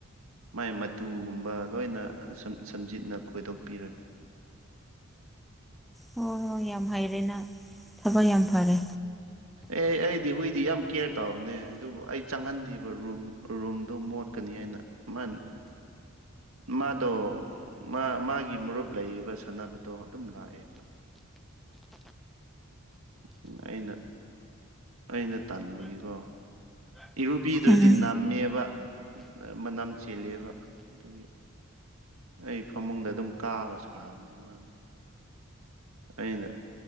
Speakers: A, on the right; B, in the centre.
A: ꯃꯥꯏ ꯃꯇꯨꯒꯨꯝꯕ ꯂꯣꯏꯅ ꯁꯝ ꯁꯝꯖꯤꯠꯅ ꯈꯣꯏꯗꯣꯛꯄꯤꯔꯒ
B: ꯍꯣ ꯍꯣꯏ ꯌꯥꯝ ꯍꯩꯔꯦ ꯅꯪ ꯊꯕꯛ ꯌꯥꯝ ꯐꯥꯔꯦ
A: ꯑꯦ ꯑꯩꯗꯤ ꯍꯨꯏꯗꯤ ꯌꯥꯝ ꯀꯦꯌꯔ ꯇꯧꯕꯅꯦ ꯑꯗꯨꯕꯨ ꯑꯩ ꯆꯪꯍꯟꯗꯦꯕ ꯔꯨꯝ ꯔꯨꯝꯗꯣ ꯃꯣꯠꯀꯅꯤ ꯍꯥꯏꯅ ꯃꯥꯟ ꯃꯥꯗꯣ ꯃꯥ ꯃꯥꯒꯤ ꯃꯔꯨꯞ ꯂꯩꯌꯦꯕ ꯁꯥꯟꯅꯕꯗꯣ ꯑꯗꯨꯝ ꯂꯥꯛꯑꯦꯕ ꯎꯝ ꯑꯩꯅ ꯑꯩꯅ ꯇꯟꯕꯒꯤꯀꯣ ꯏꯔꯨꯕꯤꯗ꯭ꯔꯗꯤ
B: ꯎꯝ
A: ꯅꯝꯃꯦꯕ ꯃꯅꯝ ꯆꯦꯜꯂꯦꯕ ꯑꯗꯨꯒꯤ ꯑꯩ ꯐꯃꯨꯡꯗ ꯑꯗꯨꯝ ꯀꯥꯕ ꯁꯥꯕꯅꯤ ꯃꯥꯅ ꯑꯩꯅ